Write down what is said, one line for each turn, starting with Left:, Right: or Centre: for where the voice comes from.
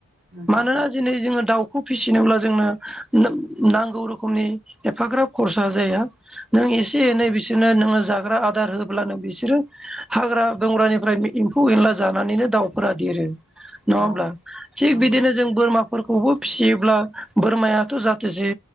Right: नंगौ
Centre: मानोना दिनै जोङो दाउखौ फिसिनोब्ला जोंनो नांगौ रोखोमनि एफाग्राब खरसा जाया नों एसे एनै बिसोरनो नोङो जाग्रा आदार होोब अ्लानोों बिसोरो हाग्रा बंग्रानिफ्राय एम्फौ एनला जानानैनो दाउफोरा देरो नङाबब्ला
Right: औ
Centre: थग
Right: नंगौ
Centre: बिदिनो ज जों बोरमाफोरखौबो फिसियोब्ला बोरमायाथ' जाहाथे जे